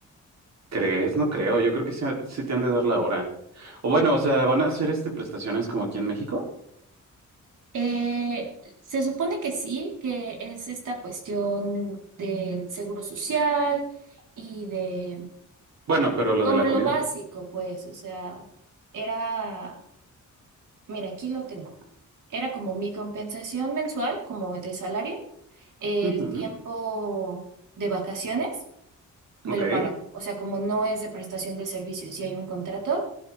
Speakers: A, on the right (about 60°); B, on the right (about 75°).
A: ¿Crees? No creo. Yo creo que sí, sí te han de dar la hora. O bueno, o sea, ¿van a hacer este prestaciones como aquí en México?
B: Eh, se supone que sí, que es esta cuestión del seguro social y de
A: Bueno, pero lo
B: como
A: de la
B: lo
A: comida.
B: básico, pues, o sea, era, mira, aquí lo tengo. Era como mi compensación mensual, como de salario, el
A: Ujú,
B: tiempo de vacaciones me
A: Ok.
B: lo pagan. O sea, como no es de prestación de servicios, si hay un contrato